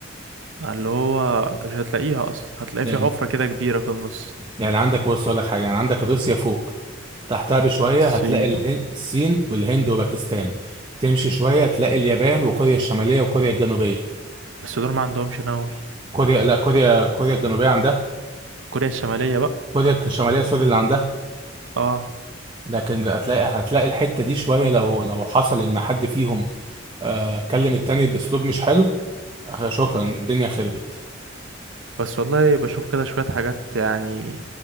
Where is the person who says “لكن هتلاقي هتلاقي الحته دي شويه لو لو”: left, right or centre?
Right